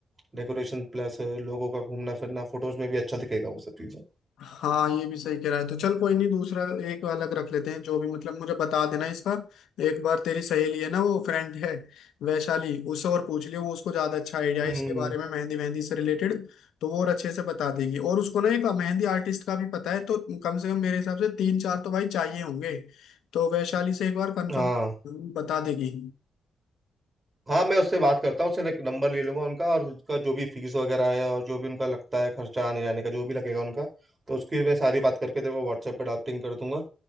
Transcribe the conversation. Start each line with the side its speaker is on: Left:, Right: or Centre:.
Right: डेकोरेशन प्लस लोगों का घूमना फिरना फोटोज में भी अच्छा दिखेगा वो सब चीजें
Left: हाँ ये भी सही कह रहा है तो चल कोई नहीं दूसरा एक अलग रख लेते हैं जो भी मतलब मुझे बता देना इसका एक बार तेरी सहेली है ना वो फ्रेंड है वैशाली उससे और पूछ लियो वो उसको ज्यादा अच्छा आइडिया
Right: हम्म
Left: है इसके बारे में मेहंदी मेहंदी से रिलेटेड तो वो और अच्छे से बता देगी और उसको ना एक मेहंदी आर्टिस्ट का भी पता है तो कम से कम मेरे हिसाब से तीन चार तो भाई चाहिए होंगे तो वैशाली से एक बार कंफर्म
Right: हाँ
Left: बता देगी
Right: हाँ मैं उससे बात करता हूँ उससे नंबर ले लूंगा उनका और उसका जो भी फीस वगैरह है और जो भी उनका लगता है खर्चा आने जाने का जो भी लगेगा उनका तो उसकी मैं सारी बात करके तेरे को व्हाट्सएप पे ड्राफ्टिंग कर दूंगा